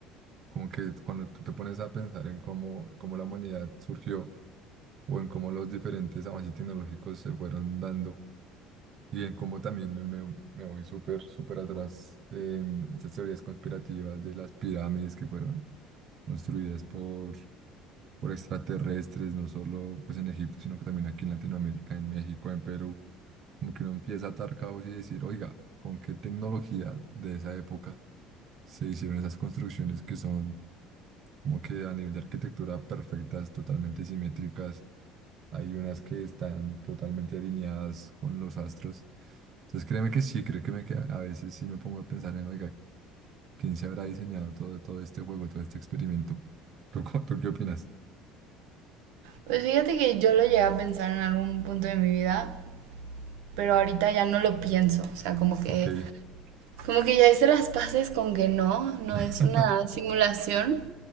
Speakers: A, on the right (about 35°); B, on the right (about 80°).
A: como que cuando tú te pones a pensar en cómo, cómo la humanidad surgió o en cómo los diferentes avances tecnológicos se fueron dando Y en cómo también me, me- me voy súper, súper atrás en estas teorías conspirativas de las pirámides que fueron construidas por, por extraterrestres, no solo pues en Egipto, sino que también aquí en Latinoamérica, en México, en Perú. Como que uno empieza a atar cabos y decir, oiga, ¿con qué tecnología de esa época se hicieron esas construcciones que son como que a nivel de arquitectura perfectas, totalmente simétricas? Hay unas que están totalmente alineadas con los astros. Entonces créeme que sí, creo que, me, que a veces sí me pongo a pensar en, oiga, ¿quién se habrá diseñado todo, todo este juego, todo este experimento? <laughs> ¿Tú, co- tú qué opinas?
B: Pues fíjate que yo lo llegué a pensar en algún punto de mi vida, pero ahorita ya no lo pienso, o sea, como que,
A: Ok.
B: como que ya hice las paces con que no, no
A: <laughs>
B: es una simulación,